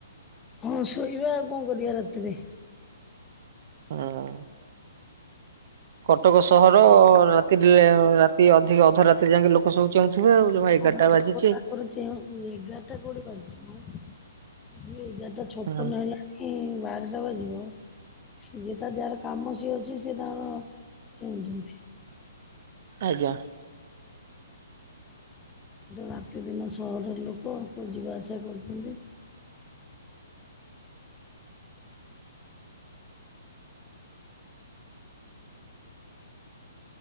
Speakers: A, on the left; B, on the right.
A: ହଁ ଶୋଇବା ଆଉ କଣ କରିବା ରାତିରେ।
B: ହଁ କଟକ ସହର ରାତି ରାତି ଅଧିକ ଅଧ ରାତିରେ ଯାଇକି ଲୋକ ସବୁ ଚେଉଥିବେ ଆଉ ଜମା ଏଗାରଟା
A: କଣ ଲୋକ
B: ବାଜିଛି।
A: ତାଙ୍କର ଏଗାରଟା କଉଠି ବାଜିଛି ମ ଏଗାରଟା ଛପନ
B: ହୁଁ
A: ହେଲା ହଁ ବାରଟା ବାଜିବ। ଯିଏ ତ ଯାହାର କାମ ସିଏ ଅଛି ସେ ତାର ଚେହୁଁଛନ୍ତି।
B: ଆଜ୍ଞା।
A: ରାତିଦିନ ସହରର ଲୋକ ଯିବା ଆସିବା କରୁଛନ୍ତି।